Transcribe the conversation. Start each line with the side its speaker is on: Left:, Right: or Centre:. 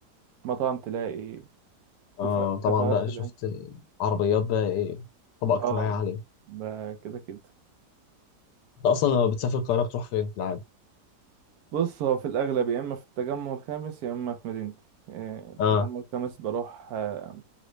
Right: مطاعم تلاقي
Left: اه
Right: كفا- كافيهات
Left: طبعا بقى
Right: تلاقي
Left: شفت عربيات بقى ايه طبقه اجتماعيه
Right: اه
Left: عاليه
Right: ب- كده كده
Left: انت اصلا لما بتسافر القاهره بتروح فين في العادي
Right: بص هو في الأغلب يا إما في التجمع الخامس يا إما في مدينتي آه، التجمع
Left: اه
Right: الخامس بروح آه،